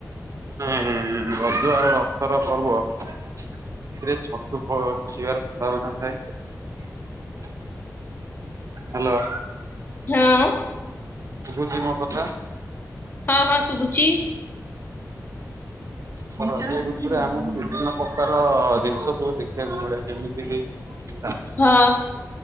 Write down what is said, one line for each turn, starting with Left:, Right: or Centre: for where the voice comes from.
Right: ମାନେ ରଜ ଆଉ ରଥର ପର୍ବ ସେଥିରେ ଛତୁ ଫୁଟିବାର ସମ୍ଭବନା ଥାଏ। ହ୍ୟାଲୋ।
Left: ହଁ।
Right: ଶୁଭୁଚି ମୋ କଥା?
Left: ହଁ ହଁ ସୁଭୁଚି।
Right: ହଁ ତ ଏଇ ଋତୁରେ ଆମକୁ ବିଭିନ୍ନ ପ୍ରକାର ଜିନିଷ ସବୁ ଦେଖିବାକୁ ମିଳେ ଯେମିତି କିି ହ <inaudible>
Left: ହଁ।